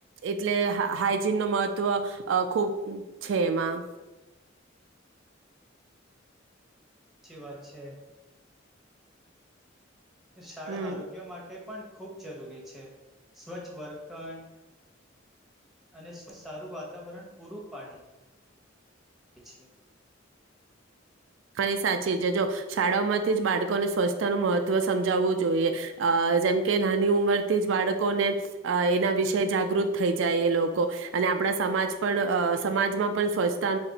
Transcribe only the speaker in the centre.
ચી વાત છે. શાળા
આરોગ્ય માટે પણ ખૂબ જરૂરી છે સ્વચ્છ વર્ખણ અને સારું વાતાવરણ પૂરું પાડે. પછી